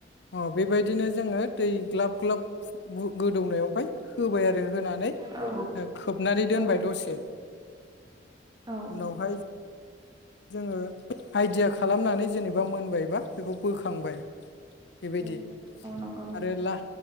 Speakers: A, on the left; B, on the right.
A: ओ बेबायदिनो जोङो दै ग्लाब ग्लाब गोदौनायावहाय होबाय आरो होनानै
B: औ
A: खोबनानै दोनबाय
B: औ
A: दसे
B: औ
A: उनावहाय जोङो आइडिया खालामनानै जेनेबा मोनबायबा बेखौ बोखांबाय बेबायदि
B: औ औ नंगौ
A: आरो ला